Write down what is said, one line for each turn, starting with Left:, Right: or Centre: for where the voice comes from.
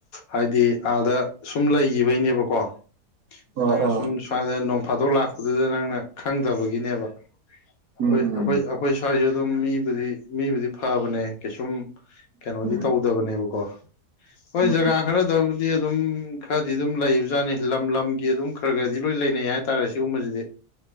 Left: ꯍꯥꯏꯗꯤ ꯑꯥꯗ ꯁꯨꯝ ꯂꯩ ꯒꯤꯕꯩꯅꯦꯕꯀꯣ
Right: ꯑꯥ
Left: ꯅꯪꯅ
Right: ꯑꯥ
Left: ꯁꯨꯝ ꯁꯋꯥꯏꯗ ꯅꯣꯡ ꯐꯥꯗꯣꯛ ꯂꯥꯛꯄꯗꯨꯗ ꯅꯪꯅ ꯈꯪꯗꯕꯒꯤꯅꯦꯕ ꯑꯈꯣꯏ
Right: ꯎꯝ ꯎꯝ
Left: ꯑꯈꯣꯏ ꯑꯈꯣꯏ ꯁ꯭ꯋꯥꯏꯖꯨ ꯑꯗꯨꯝ ꯃꯤꯕꯨꯗꯤ ꯃꯤꯕꯨꯗꯤ ꯐꯕꯅꯦ ꯀꯩꯁꯨꯝ ꯀꯩꯅꯣꯗꯤ
Right: ꯎꯝ
Left: ꯇꯧꯗꯕꯅꯦꯕꯀꯣ ꯍꯣꯏ
Right: ꯎꯝ
Left: ꯖꯒꯥ ꯈꯔꯗꯕꯨꯗꯤ ꯑꯗꯨꯝ ꯈꯔꯗꯤ ꯑꯗꯨꯝ ꯂꯩꯕꯖꯥꯠꯅꯤ ꯂꯝ ꯂꯝꯒꯤ ꯑꯗꯨꯝ ꯈꯔꯒꯗꯤ ꯂꯣꯏ ꯂꯩꯅꯩ ꯍꯥꯏꯇꯥꯔꯦ ꯁꯤꯒꯨꯝꯕꯁꯤꯗꯤ